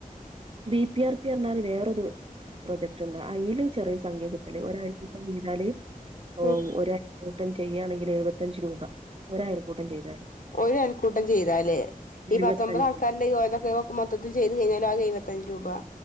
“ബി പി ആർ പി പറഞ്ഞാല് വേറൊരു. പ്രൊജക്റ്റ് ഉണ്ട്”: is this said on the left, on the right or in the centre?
Right